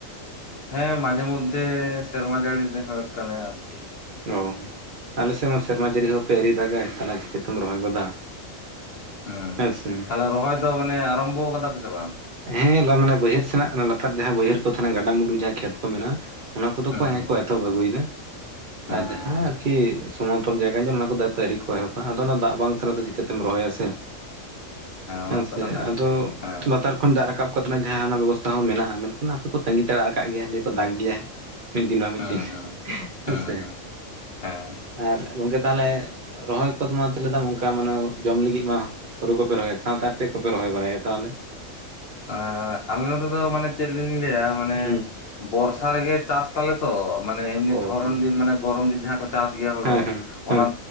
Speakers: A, on the left (about 55°); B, on the right (about 55°).
A: ᱦᱮᱸ, ᱢᱟᱡᱷᱮ ᱢᱚᱫᱽᱫᱷᱮ ᱥᱮᱨᱢᱟ ᱡᱟᱲᱤ ᱛᱮᱦᱚᱸ ᱣᱚᱜ ᱠᱟᱱᱭᱟ ᱟᱨᱠᱤ᱾
B: ᱚ ᱟᱞᱮ ᱥᱮᱫ ᱢᱟ ᱥᱮᱨᱢᱟ ᱡᱟᱹᱲᱤ ᱦᱚᱸ ᱦᱟᱯᱮ ᱟᱹᱣᱨᱤ ᱫᱟᱜᱟᱭ ᱛᱟᱦᱚᱞᱮ ᱪᱤᱠᱟᱹ ᱛᱮᱢ ᱨᱚᱦᱚᱭ ᱜᱚᱫᱟ᱾
A: ᱦᱩᱸ
B: ᱦᱮᱸ ᱥᱮ
A: ᱛᱟᱦᱞᱮ ᱨᱚᱦᱚᱭ ᱫᱚ ᱢᱟᱱᱮ ᱟᱨᱟᱢᱵᱚ ᱠᱟᱫᱟ ᱯᱮ ᱥᱮ ᱵᱟᱝ?
B: ᱦᱮᱸ ᱱᱚᱣᱟ ᱢᱟᱱᱮ ᱵᱟᱹᱭᱦᱟᱹᱲ ᱥᱮᱱᱟᱜ ᱞᱟᱛᱟᱨ ᱡᱟᱦᱟᱸ ᱵᱟᱹᱭᱦᱟᱹᱲ ᱠᱚ ᱛᱟᱦᱮᱱᱟ ᱜᱟᱰᱟᱼᱢᱩᱰᱩ ᱡᱟᱦᱟᱸ ᱠᱷᱮᱛ ᱠᱚ ᱢᱮᱱᱟᱜᱼᱟ᱾ ᱚᱱᱟ ᱠᱚᱫᱚ
A: ᱦᱩᱸ
B: ᱠᱚ ᱮᱦᱮ
A: ᱦᱩᱸ
B: ᱠᱚ ᱮᱛᱚᱦᱚᱵ ᱟᱹᱜᱩᱭ ᱫᱟ
A: ᱦᱩᱸ
B: ᱟᱨ ᱡᱟᱦᱟᱸ
A: ᱦᱩᱸ
B: ᱟᱨᱠᱤᱼᱼ ᱥᱚᱢᱟᱱᱛᱚᱞ ᱡᱟᱭᱜᱟ ᱚᱱᱟ ᱠᱚᱫᱚ ᱦᱟᱯᱮ ᱟᱹᱣᱨᱤ ᱠᱚ ᱮᱦᱚᱵᱟ ᱟᱫᱚ ᱚᱱᱟ ᱫᱟᱜ ᱵᱟᱝ ᱥᱮᱨᱟ ᱛᱮ ᱪᱤᱠᱟᱹ ᱛᱮᱢ ᱨᱚᱦᱚᱭᱟ ᱥᱮ? ᱦᱮᱸ
A: ᱚᱱᱟ ᱛᱚ
B: ᱥᱮ
A: ᱠᱟᱛᱷᱟ ᱠᱟᱱ
B: ᱟᱫᱚ
A: ᱜᱮᱭᱟ ᱦᱮᱸ
B: ᱞᱟᱛᱟᱨᱼᱼ ᱠᱷᱚᱱ ᱫᱟᱜ ᱨᱟᱠᱟᱵ ᱠᱟᱛᱮ ᱚᱱᱮ ᱡᱟᱦᱟᱸ ᱚᱱᱟ ᱵᱮᱵᱚᱥᱛᱷᱟ ᱦᱚᱸ ᱢᱮᱱᱟᱜᱼᱟ ᱢᱮᱱᱠᱷᱟᱱ ᱦᱟᱯᱮ ᱠᱚ ᱛᱟᱸᱜᱤ ᱛᱟᱲᱟ ᱟᱠᱟᱫ ᱜᱮᱭᱟ ᱞᱟᱹᱭ ᱟᱠᱚ ᱫᱟᱜ ᱜᱮᱭᱟᱭ᱾ ᱢᱤᱫ ᱫᱤᱱ ᱢᱟ ᱢᱤᱫ
A: ᱦᱩᱸ
B: ᱫᱤᱱ
A: ᱦᱩᱸ
B: ᱦᱮᱸᱥᱮ
A: ᱦᱩᱸ ᱦᱩᱸ ᱦᱮᱸ
B: ᱟᱨ ᱜᱚᱝᱠᱮ ᱛᱟᱦᱚᱞᱮᱼᱼ ᱨᱚᱦᱚᱭ ᱠᱚᱫᱚ ᱢᱟ ᱛᱟᱦᱞᱮ ᱫᱟᱢ ᱚᱱᱠᱟ ᱢᱟᱱᱮ ᱡᱚᱢ ᱞᱟᱹᱜᱤᱫ ᱢᱟᱼᱼ ᱦᱩᱲᱩ ᱠᱚᱯᱮ ᱨᱚᱦᱚᱭᱟ ᱥᱟᱶᱛᱮ ᱟᱨ ᱪᱮᱫ ᱠᱚ ᱯᱮ ᱨᱚᱦᱚᱭ ᱵᱟᱲᱟᱭᱟ ᱛᱟᱦᱚᱞᱮ?
A: ᱮ ᱟᱞᱮ ᱱᱚᱛᱮ ᱫᱚ ᱢᱟᱱᱮ ᱪᱮᱫ ᱞᱤᱧ ᱞᱟᱹᱭᱟ ᱢᱟᱱᱮᱼᱼ
B: ᱦᱩᱸ
A: ᱵᱚᱨᱥᱟ ᱨᱮᱜᱮ ᱪᱟᱥ ᱛᱟᱞᱮ ᱛᱚ ᱢᱟᱱᱮ ᱮᱢᱱᱤ
B: ᱚ
A: ᱫᱷᱚᱨᱚᱱ
B: ᱚ
A: ᱫᱤᱱ ᱢᱟᱱᱮ ᱜᱚᱨᱚᱢ ᱫᱤᱱ ᱡᱟᱦᱟᱸ ᱠᱚᱼᱼ ᱪᱟᱥ ᱜᱮᱭᱟ ᱦᱩᱲᱩ
B: ᱦᱮᱸ ᱦᱮᱸ ᱦᱮᱸ
A: ᱚᱱᱟ